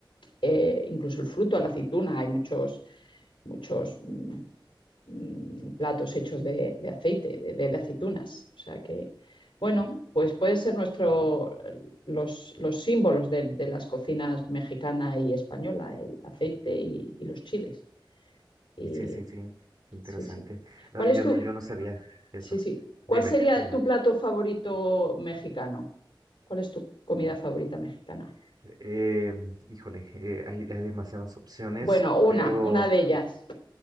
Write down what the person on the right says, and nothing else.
Y sí, sí, sí, qué interesante.
Ah,
yo
no, yo no sabía eso.
Dime,
dime.
Eh, híjole, eh, hay, hay demasiadas opciones,
pero